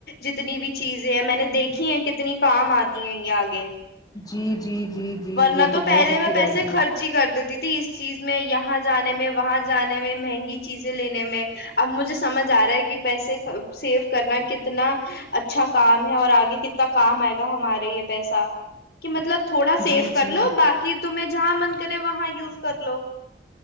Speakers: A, on the left; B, on the left.
A: جتنی بھی چیزیں ہیں میں نے دیکھی ہیں کتنی کام آتی ہیں یہ آگے
B: جی جی جی جی
A: ورنہ
B: یہ
A: تو پہلے
B: بہت اچھی
A: میں پیسے
B: رہتی
A: خرچ
B: ہے
A: ہی کر دیتی تھی اس چیز میں یہاں جانے میں وہاں جانے میں مہنگی چیزیں لینے میں اب مجھے سمجھ آ رہا ہے کہ پیسے سیو کرنا کتنا اچھا کام ہے اور آگے کتنا کام آئے گا ہمارے یہ پیسا کہ مطلب تھوڑا سیف
B: جی
A: کر
B: جی
A: لو باقی تمہیں جہاں من کرے وہاں یوز کر لو